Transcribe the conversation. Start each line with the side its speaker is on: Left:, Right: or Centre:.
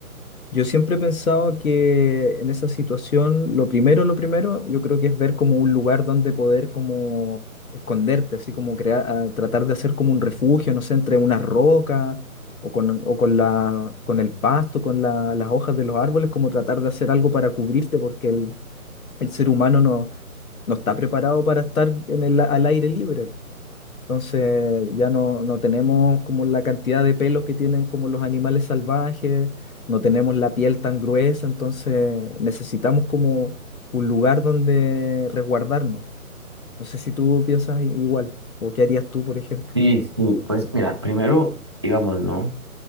Left: Yo siempre he pensado que en esa situación, lo primero, lo primero, yo creo que es ver como un lugar donde poder como esconderte, así como crear, a- tratar de hacer como un refugio, no sé, entre unas rocas o con, o con la, con el pasto, con la- las hojas de los árboles, como tratar de hacer algo para cubrirte, porque el, el ser humano no, no está preparado para estar en el, al aire libre. Entonces ya no, no tenemos como la cantidad de pelos que tienen como los animales salvajes, no tenemos la piel tan gruesa, entonces necesitamos como un lugar donde resguardarnos. No sé si tú piensas i- igual, o qué harías tú, por ejemplo.
Right: Sí, sí, pues mira, primero, digamos, ¿no?